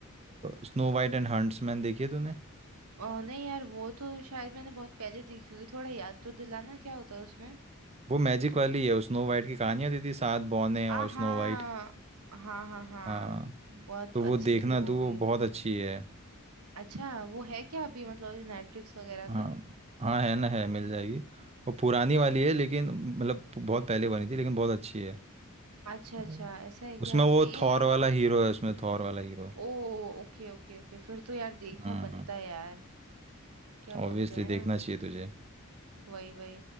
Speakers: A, on the right; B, on the right.
A: स्नो वाइट एंड हंट्समैन देखी है तूने
B: अ, नहीं यार वो तो शायद मैंने बहुत पहले देखी हुई थोड़ा याद तो दिलाना क्या होता है उसमें
A: वो मैजिक वाली है स्नो वाइट की कहानियाँ दी थी सात बौने
B: आ
A: और
B: हाँ
A: स्नो वाइट
B: हाँ हाँ हाँ
A: हाँ
B: बहुत
A: तो
B: अच्छी
A: वो देखना
B: थी वो
A: तू
B: भी
A: वो बहुत अच्छी है
B: अच्छा वो है क्या अभी मतलब नेटफ्लिक्स वगैरह
A: हाँ
B: पे
A: हाँ है ना है मिल जाएगी वो पुरानी वाली है लेकिन मतलब बहुत पहले बनी थी लेकिन बहुत अच्छी है
B: अच्छा
A: हम्म।
B: अच्छा ऐसा है क्या
A: उसमें वो
B: सही है
A: थॉर
B: यार
A: वाला हीरो है उसमें थॉर वाला हीरो
B: ओ ओके ओके ओके फिर तो यार देखना
A: हाँ।
B: बनता है यार क्या
A: ऑब्वियसली
B: बोलते हैं
A: देखना
B: ना
A: चाहिए तुझे
B: वही वही